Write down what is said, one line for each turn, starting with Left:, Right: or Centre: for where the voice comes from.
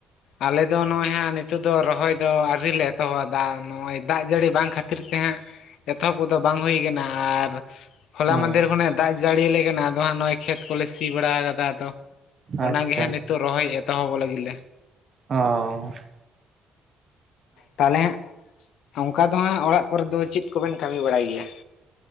Left: ᱟᱞᱮ ᱫᱚ ᱱᱚᱜᱼᱚᱭ ᱦᱟᱹᱜ ᱱᱤᱛᱚᱜ ᱫᱚ ᱨᱚᱦᱚᱭ ᱫᱚ ᱟᱹᱣᱨᱤ ᱞᱮ ᱮᱛᱚᱦᱚᱵᱟ ᱫᱟ ᱱᱚᱜᱼᱚᱭ ᱫᱟᱜ ᱡᱟᱹᱲᱤ ᱵᱟᱝ ᱠᱷᱟᱹᱛᱤᱨ ᱛᱮ ᱦᱟᱸᱜ -ᱼ ᱮᱛᱚᱦᱚᱵ ᱠᱚᱫᱚ ᱵᱟᱝ ᱦᱩᱭ ᱠᱟᱱᱟ ᱾ ᱟᱨ ᱦᱚᱞᱟ
Right: ᱦᱩᱸ
Left: ᱢᱟᱫᱷᱮᱨ ᱠᱷᱚᱱᱟᱜ ᱫᱟᱜ ᱡᱟᱹᱲᱤᱭ ᱟᱞᱮ ᱠᱟᱱᱟ ᱟᱫᱚ ᱦᱟᱸᱜ ᱱᱚᱜᱼᱚᱭ ᱠᱷᱮᱛ ᱠᱚᱞᱮ ᱥᱤ ᱵᱟᱲᱟ ᱟᱠᱟᱫᱟ ᱟᱫᱚ ᱚᱱᱟᱜᱮ
Right: ᱟᱪᱪᱷᱟ
Left: ᱦᱟᱸᱜ ᱱᱤᱛᱚᱜ ᱨᱚᱦᱚᱭ ᱮᱛᱚᱦᱚᱵᱚᱜ ᱞᱟᱹᱜᱤᱫ ᱞᱮ ᱾
Right: ᱚᱸ ᱾
Left: ᱛᱟᱦᱚᱞᱮ ᱦᱟᱸᱜ ᱱᱚᱝᱠᱟ ᱫᱚ ᱦᱟᱸᱜ ᱚᱲᱟᱜ ᱠᱚᱨᱮ ᱫᱚ ᱪᱮᱫ ᱠᱚᱵᱮᱱ ᱠᱟᱹᱢᱤ ᱵᱟᱲᱟᱭ ᱜᱮᱭᱟ?